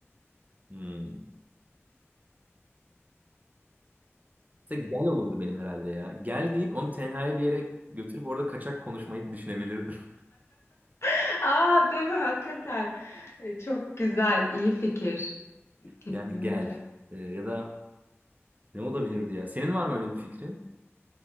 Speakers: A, on the right (about 35°); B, on the left (about 65°).
A: Hmm. Mesela gel olurdu benim herhalde ya. Gel deyip onu tenhaya bir yere götürüp orada kaçak konuşmayı düşünebilirdim. <laughs>
B: <laughs> Aa, değil mi? Hakikaten. E, Çok güzel, iyi fikir. Kesinlikle.
A: Yani gel. Ee, ya da ne olabilirdi ya? Senin var mı öyle bir fikrin?